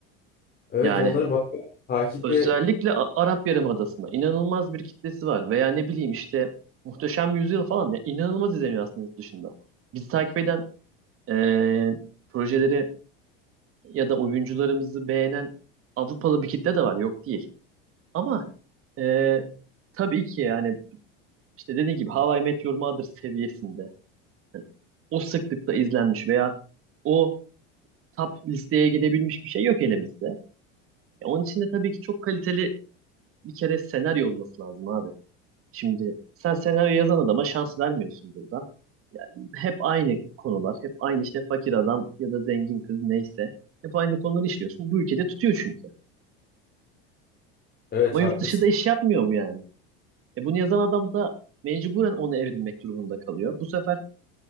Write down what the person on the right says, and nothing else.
Yani
özellikle A- Arap Yarımadası'nda inanılmaz bir kitlesi var. Veya ne bileyim işte Muhteşem Yüzyıl falan ya inanılmaz izleniyor aslında yurt dışında. Bizi takip eden eee, projeleri ya da oyuncularımızı beğenen Avrupalı bir kitle de var yok değil. Ama eee, tabii ki yani işte dediğim gibi How I Met Your Mother seviyesinde hani o sıklıkta izlenmiş veya o top listeye gidebilmiş bir şey yok elimizde. E, onun için de tabii ki çok kaliteli bir kere senaryo olması lazım abi. Şimdi sen senaryo yazan adama şans vermiyorsun burada. Yani hep aynı konular, hep aynı işte fakir adam ya da zengin kız neyse. Hep aynı konuları işliyorsun. Bu ülkede tutuyor çünkü.
Ama
yurt dışı da iş yapmıyor bu yani. E bunu yazan adam da mecburen ona evrilmek durumunda kalıyor. Bu sefer